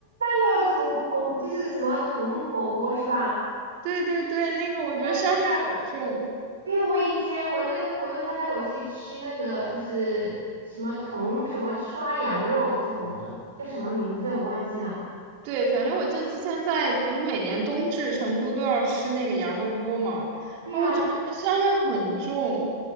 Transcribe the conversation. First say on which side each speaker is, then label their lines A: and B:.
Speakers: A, on the right (about 70°); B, on the right (about 45°).
A: 那个铜铜就是什么铜火锅是吧？
B: 对对对，那个我觉得香味很重。
A: 那个那个，因为我以前我那个朋友他带我去吃那个就是什么铜什么涮羊肉这种了，叫什么名字我忘记了。
B: 对，反正我就之前在不是每年冬至成都都要吃那个羊肉锅嘛，
A: 对呀、
B: 然后我就觉得香味很重，